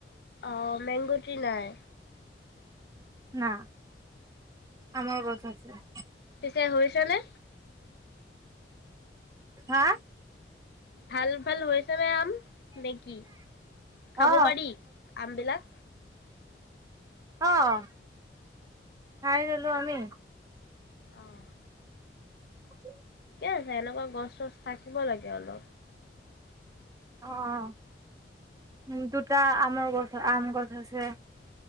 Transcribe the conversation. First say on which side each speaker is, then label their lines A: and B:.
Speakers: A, on the left; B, on the right.
A: অঁ, মেংগতৃ নাই।
B: ন আমাৰ গছ আছে।
A: পিছে হৈছে নে?
B: হা।
A: ভাল ভাল হৈছে নে আম নেকি খাব
B: অ
A: পাৰি আমবিলাক।
B: অঁ খাই ললো আমি।
A: অঁ।
B: উ <unintelligible>
A: এহ তেওঁলোক। গছ চছ থাকিব লাগে। হেল্ল।
B: অঁ অঁ উম, দুটা আমৰ গছ আম গছ আছে